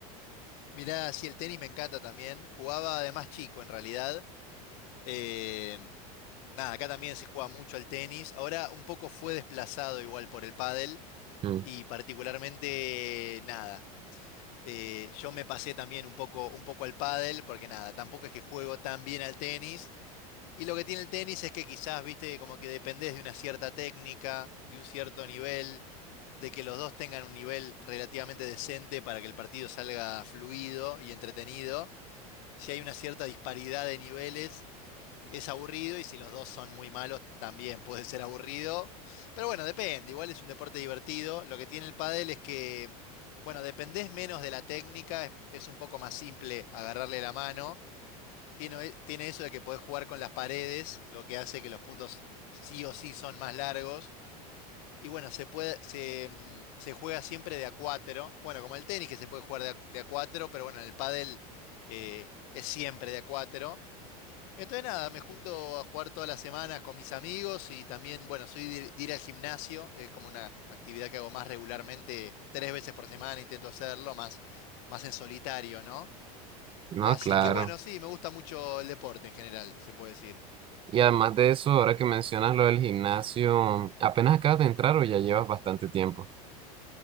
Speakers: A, on the left (about 65°); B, on the right (about 30°).
A: Mirá, sí, el tenis me encanta también. Jugaba además chico en realidad. Eh, nada, acá también se juega mucho al tenis. Ahora un poco fue desplazado igual por el pádel
B: Mm.
A: y particularmente nada. eh, yo me pasé también un poco, un poco al pádel porque nada, tampoco es que juego tan bien al tenis. Y lo que tiene el tenis es que quizás, viste, como que dependés de una cierta técnica, de un cierto nivel, de que los dos tengan un nivel relativamente decente para que el partido salga fluido y entretenido. Si hay una cierta disparidad de niveles, es aburrido y si los dos son muy malos, también puede ser aburrido. Pero bueno, depende, igual es un deporte divertido. Lo que tiene el pádel es que, bueno, dependés menos de la técnica, es es un poco más simple agarrarle la mano tiene, tiene eso de que podés jugar con las paredes, lo que hace que los puntos sí o sí son más largos. Y bueno, se puede, se, mm, se juega siempre de a cuatro. Bueno, como el tenis que se puede jugar de a, de a cuatro, pero bueno, en el pádel eh, es siempre de a cuatro. Entonces nada, me junto a jugar todas las semanas con mis amigos y también, bueno, soy de, de ir al gimnasio, es como una actividad que hago más regularmente, tres veces por semana intento hacerlo, más, más en solitario, ¿no?
B: No,
A: Así
B: claro.
A: que bueno, sí, me gusta mucho el deporte en general, se puede decir.
B: Y además de eso, ahora que mencionas lo del gimnasio, ¿apenas acabas de entrar o ya llevas bastante tiempo?